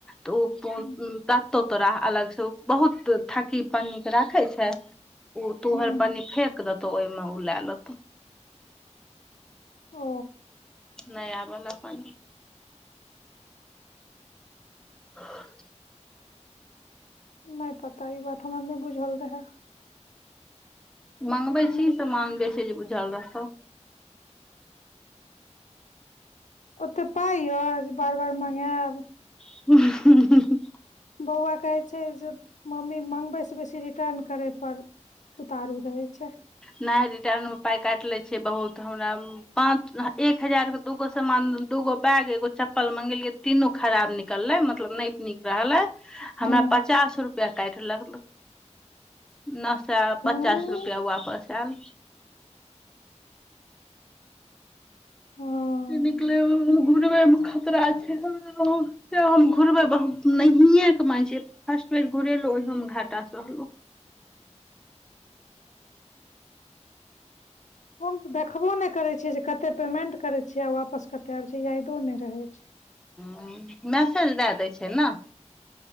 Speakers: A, in the centre; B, on the left.
A: तऽ ओ
B: हूँ
A: दतहु तोरा अलगसँ ओ बहुत थाकी पन्नीके राखै छै ऊ तोहर
B: हूँ
A: पन्नी फेेक देतौ ओइमे ऊ लेै लेतो
B: ओ
A: नइ आबै ल अपन <inaudible>
B: नइ पता इ बात हमरा नइ बुझल रहै
A: मंगबै
B: एखने
A: छी समान बेसी जे बुझल रहतो
B: ओते पाइ यए जे बार बार मंगैब
A: <inaudible>
B: बौआ कहै छै जे मम्मी मङगबै से बेसी रिटर्न करय पर उतारू रहे छै
A: नइ रिटर्न पाय क केले छिएइ बहुत हमरा पाँच एक हज़ार में दुगो समान दुगो बैग एगो चप्पल मंगैलीअई तीनू खराब निकलै मतलब नइ निक रहलैय हमरा
B: हँ
A: पचास रुपया काईट लह लक न चा
B: हूँ
A: पचास रुपया वापस ऐल
B: हँ
A: निकले घुरबे मे खतरा छै हम घुरबे हियें कमाइ छै फस्ट बेर घुरेेलो ओहियो में घाटा सहलो
B: <inaudible> हम तऽ देखबो नइ करै छि जे कते पेमेंट करै छियै आ वापस कतै आब जाइया यायदो नइ रहै छै
A: ह मैसेज दैए दै छै न